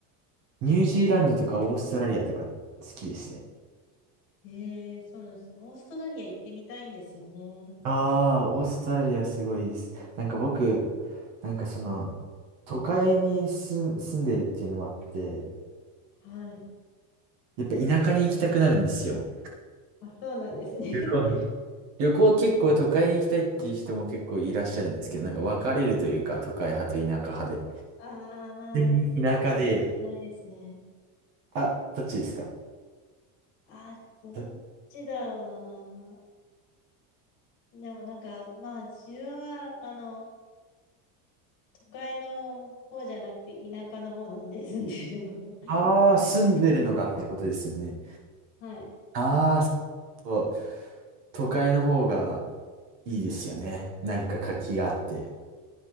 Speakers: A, on the right (about 45°); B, on the left (about 45°).
A: ニュージーランドとかオーストラリアとか好きですね。
B: ええ、そうなんですね。オーストラリア行ってみたいんですよね。
A: ああ、オーストラリアすごいです。なんか僕、なんかその、都会に住、住んでるっていうのもあって、
B: はい。
A: やっぱ田舎に行きたくなるんですよ。
B: あ、そうなんですね。
A: 旅行に。旅行結構都会に行きたいっていう人も結構いらっしゃるんですけど、なんか分かれるというか、都会派と田舎派で。
B: ああ、まあ、
A: 全然田舎で、
B: そうかもしれないですね。
A: あ、どっちですか
B: ああ、どっちだろうな。
A: ど
B: でもなんか、まあ、自分は、あの、都会の方じゃなくて、田舎の方なんで住んでるのが。<laughs>
A: ああー、住んでるのがってことですよね。
B: はい。
A: ああ、そう。都会の方がいいですよね。なんか活気があって。